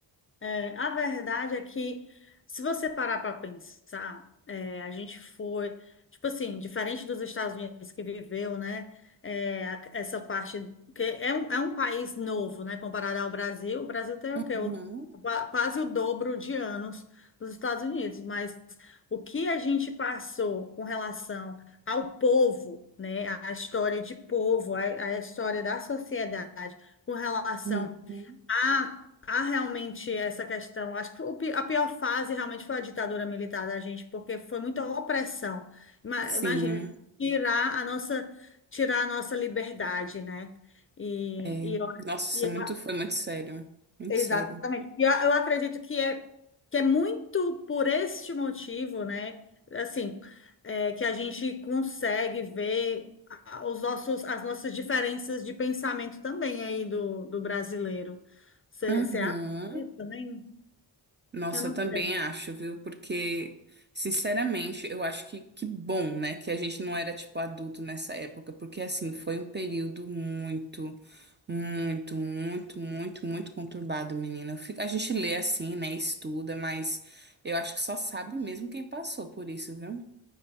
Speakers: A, on the left; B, on the right.
A: É, a verdade é que, se você parar para pensar, é, a gente foi, tipo assim, diferente dos Estados Unidos que viveu, né? é, a- essa parte, que é um, é um país novo, né? Comparado ao Brasil, o Brasil tem o quê?
B: Uhum.
A: O- qua- quase o dobro de anos dos Estados Unidos, mas o que a gente passou com relação ao povo, né? A história de povo, a, a história da sociedade, com relação
B: Uhum.
A: Há, há realmente essa questão. Acho que o pi- a pior fase realmente foi a ditadura militar da gente, porque foi muita opressão. Ima-
B: Sim,
A: Imagina,
B: é.
A: tirar a nossa, tirar a nossa liberdade, né? E,
B: É.
A: e, eu-
B: Nossa, isso
A: e eu
B: é muito, foi muito sério. Muito
A: Exatamente.
B: sério.
A: E a- eu acredito que é, que é muito por este motivo, né? Assim, é, que a gente consegue ver a- os nossos, as nossas diferenças de pensamento também aí do, do brasileiro. Você
B: Uhum.
A: acha isso também?
B: Nossa,
A: Eu não
B: eu também
A: sei.
B: acho, viu? Porque, sinceramente, eu acho que que bom, né? Que a gente não era, tipo, adulto nessa época. Porque, assim, foi um período muito, muito, muito, muito, muito conturbado, menina. Fica- A gente lê assim, né? Estuda, mas eu acho que só sabe mesmo quem passou por isso, viu?